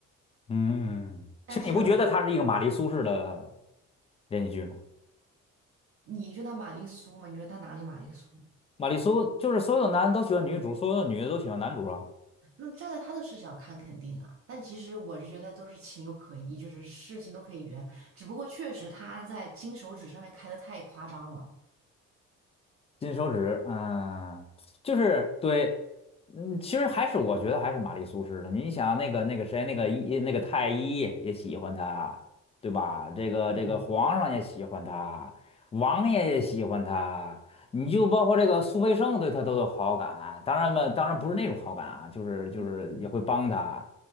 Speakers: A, on the left; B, on the right.
A: 嗯，
B: 但是
A: 其实你不觉得她是一个玛丽苏式的连续剧吗？
B: 你觉得她玛丽苏吗？你觉得她哪里玛丽苏？
A: 玛丽苏就是所有男的都喜欢女主，所有的女的都喜欢男主啊。
B: 那站在他的视角看，肯定啊，但其实我是觉得都是情有可依，就是事情都可以圆，只不过确实他在金手指上面开的太夸张了。
A: 金手指，嗯，就是对，嗯，其实还是我觉得还是玛丽苏式的。你想那个那个谁，那个一那个太医也喜欢她，对吧？这个这个皇上也喜欢她，
B: 嗯
A: 王爷也喜欢她，
B: 嗯
A: 你就包括这个苏培盛对她都有好感。当然嘛，当然不是那种好感啊，就是就是也会帮她。
B: 嗯